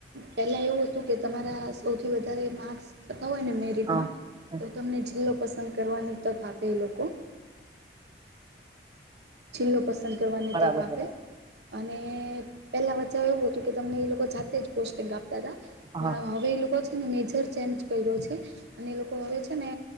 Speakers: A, on the right; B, on the right.
A: પહેલા એવું હતું કે તમારા સૌથી વધારે માર્ક્સ થતા હોય ને મે
B: હા
A: તો તમને જીલ્લો પસંદ કરવાની તક આપે એ લોકો. જીલ્લો પસંદ કરવાની
B: બરાબર
A: તક આપે.
B: બરાબર
A: અને પહેલાં વચ્ચે એવું હતું કે તમને એ લોકો જાતે જ પોસ્ટિંગ આપતા હતા. પણ
B: હા
A: હવે એ લોકો છે ને મેજર ચેન્જ કર્યો છે. અને એ લોકો હવે છે ને